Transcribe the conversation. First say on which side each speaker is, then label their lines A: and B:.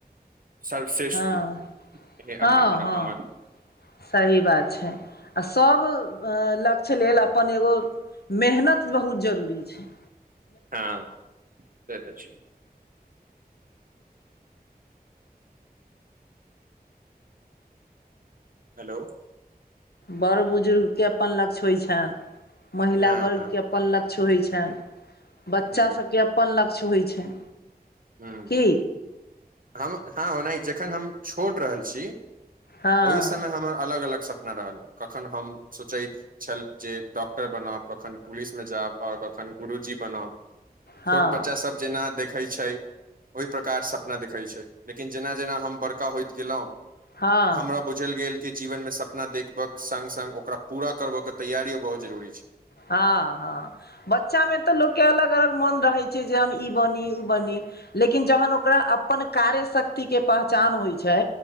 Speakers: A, on the right (about 60°); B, on the left (about 80°).
A: सर्वश्रेष्ठ
B: हँ
A: दू इह एखन
B: हँ हँ
A: अम
B: सही बात छै आ सभ लक्ष्य लेल अपन एगो मेहनत बहुत जरूरी छै
A: हाँ से तऽ छै हेलो
B: बड़ बुजुर्ग के अपन लक्ष्य होइ छैन महिला
A: हँ
B: वर्गके
A: हँ
B: अप पन लक्ष्य होइ छैन बच्चा
A: हूँ
B: सभके अपन लक्ष्य होइ छै
A: हूँ
B: की
A: हम हँ ओनाही जखन हम छोट रहल छी
B: हँ
A: ओहि समय हम अलग अलग सपना रहल कखन हम सोचैत छल जे डॉक्टर बनाब कखन पुलिसमे जायब आ कखन गुरुजी बनाब
B: हँ
A: छोट बच्चा सब जेना देखै छै ओहि प्रकार स पना देखइ छै लेकिन जेना जेना हम बड़का होइत गेलो
B: हँ
A: हमरा बुझल गेल की जीवन में सपना देखबक संग संग ओकरा पूरा करबऽ के तैयारियो बहुत जरुररी छै
B: हँ हँ बच्चामे तऽ लोकके अलग अलग मोन रहैत छै जे हम ई बनी ओ बनी लेकिन जहन ओकरा अपन कार्य शक्ति के पहचान होइ छै